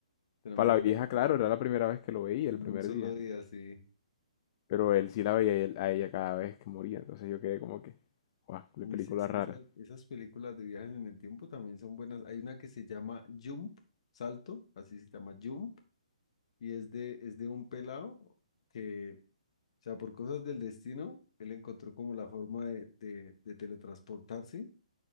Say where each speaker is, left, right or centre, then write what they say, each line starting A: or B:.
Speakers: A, on the left; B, on the left.
A: se enamoró
B: para la
A: en
B: vieja,
A: un
B: claro, era la primera vez que lo veía,
A: en
B: el primer
A: un solo
B: día,
A: día, sí.
B: pero él sí la veía y él- a ella cada vez que moría, entonces yo quedé como que, guau, qué
A: Uy,
B: película
A: sí, es que
B: rara.
A: esas, esas películas de viajes en el tiempo también son buenas. Hay una que se llama Jump, Salto, así se llama Jump, y es de, es de un pelado que, o sea, por cosas del destino, él encontró como la forma de, de, de teletransportarse,